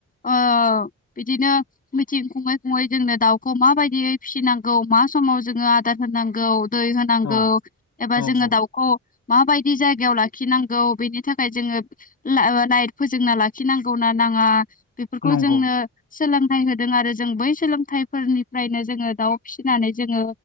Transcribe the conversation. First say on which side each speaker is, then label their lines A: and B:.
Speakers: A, on the left; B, on the left.
A: ओ औ बिदिनो मिथिं खंबाय ओ फङै जोंनो दाउखौ माबायदियै फिसिनांगौ मा समाव जोङो आदार होनांगौ दै होनांगौ
B: औ
A: एबा
B: औ
A: जोङो
B: औ
A: दाउखौ माबायदि जायगायाव लाखिनांगौ बेनि थाखाय जोङो लाइट फोजोंना लाखिनांगौ ना ओ बेफोरखौ
B: नंगौ
A: जोंनो सोलोंथ होदों आरो जों बै सोलोंथाइफोरनिफ्रायनो जोङो दाउ फिसिनानै जोङो